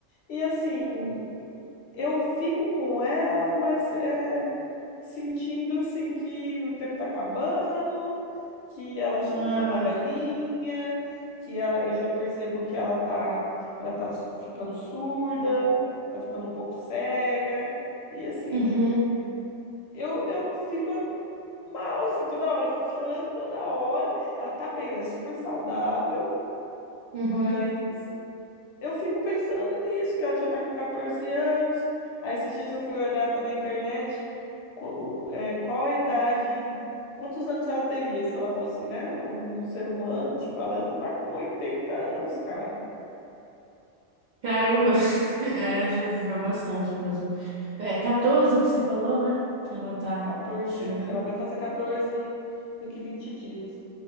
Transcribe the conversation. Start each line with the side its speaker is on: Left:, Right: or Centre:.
Left: E assim, eu fico com ela, mas é, sentindo assim que o tempo tá acabando, que ela
Right: Ah,
Left: j- já tá velhinha, que ela, eu já percebo que ela tá, ela tá ficando surda, tá ficando um pouco cega. E assim,
Right: uhum.
Left: eu, eu fico mal, assim, toda hora. Eu fico chorando toda hora. Ela tá bem, ela é super saudável,
Right: Uhum.
Left: mas eu fico pensando nisso, que ela já tá com 14 anos. Aí esses dias eu fui olhar até na internet co- o- é, qual a idade, quantos anos ela teria se ela fosse, né, um ser humano. Tipo, ela já tá com 80 anos, cara.
Right: Caramba. <laughs>
Left: E
Right: É, já viveu bastante mesmo. É, 14 que você falou, né? Que ela tá
Left: 14,
Right: chegando.
Left: ela vai fazer 14 daqui 20 dias.